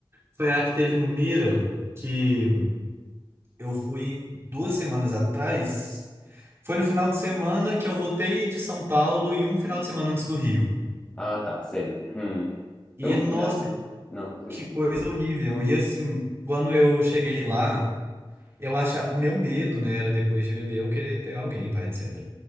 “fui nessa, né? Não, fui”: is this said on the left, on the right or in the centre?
Left